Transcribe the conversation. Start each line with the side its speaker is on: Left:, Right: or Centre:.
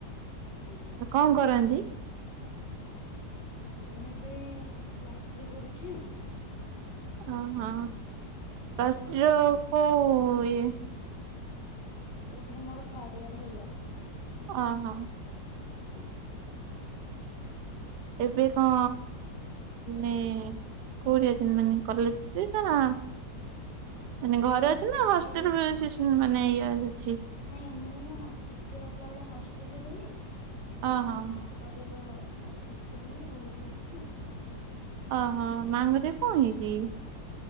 Left: ଆଜ୍ଞା।
Right: କଣ କରନ୍ତି?
Left: ମୁଁ ଏବେ ପ୍ଲସ୍ ଥ୍ରୀ କରୁଛି ଆଉ।
Right: ଓ ହଁ ପ୍ଲସ୍ ଥ୍ରି
Left: ଆଜ୍ଞା
Right: ର କୋଉ ଇଏ?
Left: ଏଇଥର ମୋର ଥାର୍ଡ ଇୟର ହେଲା।
Right: ଓ ହଁ।
Left: ଆଜ୍ଞା।
Right: ଏବେ କଣ ମାନେ କୋଉଠି ଅଛନ୍ତି, ମାନେ କଲେଜ୍ ରେ ନା ମାନେ ଘରେ
Left: ନାଇଁ
Right: ଅଛନ୍ତି
Left: ଏବେ
Right: ନା
Left: ଟିକେ
Right: ହଷ୍ଟେଲ <unintelligible> ମାନେ ଇଏ ଅଛି।
Left: ନାଇଁ ମୁଁ ସେଠି ରହିଲା ବେଳେ ହଷ୍ଟେଲରେ ରୁହେ, ଏବେ
Right: ଓହୋ।
Left: ଟିକେ ମା ଙ୍କ ଦେହ ଅସୁସ୍ଥ ବୋଲି ଘରକୁ ଆସିଛି ଆଉ।
Right: ଓ ହୋ
Left: ଆଜ୍ଞା
Right: ମାଙ୍କ ଦେହ କଣ ହେଇଛି କି?